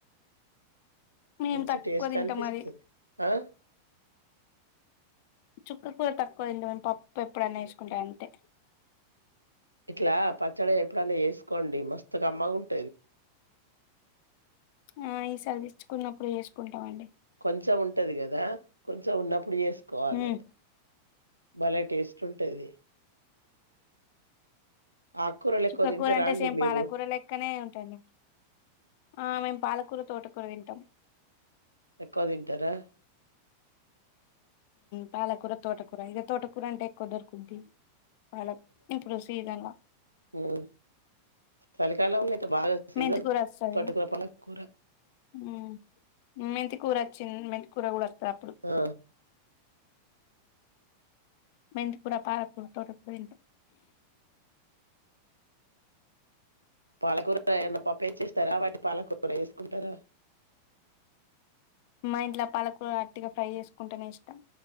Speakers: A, on the left; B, on the right.
A: మేము
B: మంచి
A: తక్కువ
B: టేస్ట్
A: తింటాం
B: అనిపిస్తది
A: అది
B: ఆ
A: చుక్క కూర తక్కువైంది‌ మేమ్ పప్పు ఎప్పుడైన్నా వేసుకుంటా అంతే
B: ఇట్లా పచ్చడి ఎప్పుడన్న ఏసుకోండి మస్తు కమ్మగుంట
A: ఆ ఈసార్ తెచ్చుకున్నప్పుడు చేసుకుంటామండీ
B: కొంచెం ఉంటది కదా కొంచెం ఉన్నప్పుడు చేస్ స్కోవాలె
A: ఉమ్
B: బలే టేస్ట్ ఉంటది ఆకుకూరలు
A: చుక్కకూర
B: ఎక్కువ తింటారా
A: అంటే
B: అండి
A: సేమ్
B: మీరు
A: పాలకూర లెక్కనే ఉంటుంది ఆ మేము పాలకూర తోట కూర దింటం
B: ఎక్కువ దింటరా
A: పాలకూర తోటకూర ఇద తోటకూర అంటే ఎక్కువ దొరుకుద్ది అవును ఇప్పుడు సీజన్
B: ఉమ్ చలికాలంలో అయితే బాగా సీజన్
A: మెంతికూర వస్తది
B: తోటకూర పాలకూర
A: ఉమ్ మెంతికూర చిన్ మెంతి కూర కూడ వస్తాఅప్పుడు
B: ఆ
A: మెంతి కూర పాలకుర తోటకూర తింటాం
B: పాలకూర ఎమైన పప్పు ఏస్చ్చేస్తార వాటి పాలకూర వేసుకుంటరా
A: మా ఇంట్లో పాలకూర అట్టిగ ఫ్రై చేసుకుంటేనే ఇష్టం